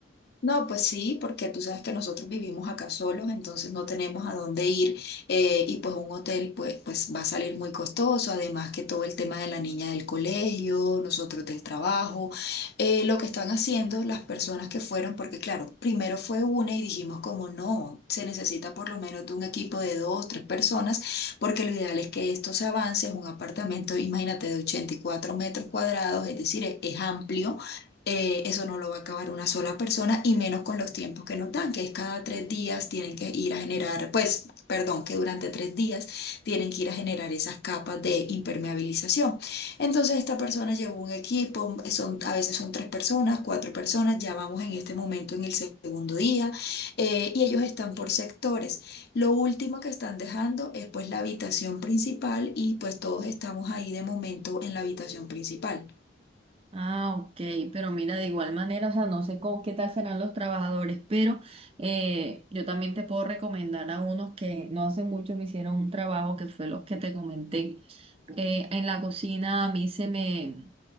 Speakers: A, on the left; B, on the right.
A: No, pues sí, porque tú sabes que nosotros vivimos acá solos, entonces no tenemos a dónde ir eh, y pues un hotel pues, pues va a salir muy costoso, además que todo el tema de la niña del colegio, nosotros del trabajo, eh, lo que están haciendo las personas que fueron, porque claro, primero fue una y dijimos como no, se necesita por lo menos de un equipo de dos, tres personas, porque lo ideal es que esto se avance, es un apartamento, imagínate, de 84 metros cuadrados, es decir, es es amplio eh, eso no lo va a acabar una sola persona y menos con los tiempos que nos dan, que es cada tres días tienen que ir a generar, pues, perdón, que durante tres días tienen que ir a generar esas capas de impermeabilización. Entonces esta persona llevó un equipo, son, a veces son tres personas, cuatro personas, ya vamos en este momento en el segundo día eh, y ellos están por sectores. Lo último que están dejando es pues la habitación principal y pues todos estamos ahí de momento en la habitación principal.
B: Ah, ok, pero mira, de igual manera, o sea, no sé cómo, qué tal serán los trabajadores, pero eh, yo también te puedo recomendar a unos que no hace mucho me hicieron un trabajo que fue los que te comenté. Eh, en la cocina a mí se me...